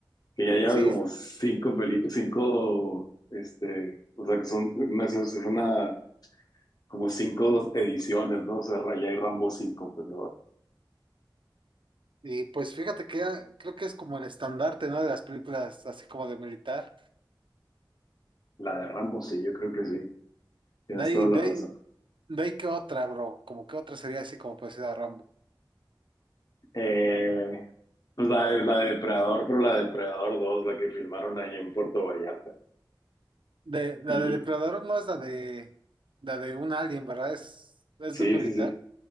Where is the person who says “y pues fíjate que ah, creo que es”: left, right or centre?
Right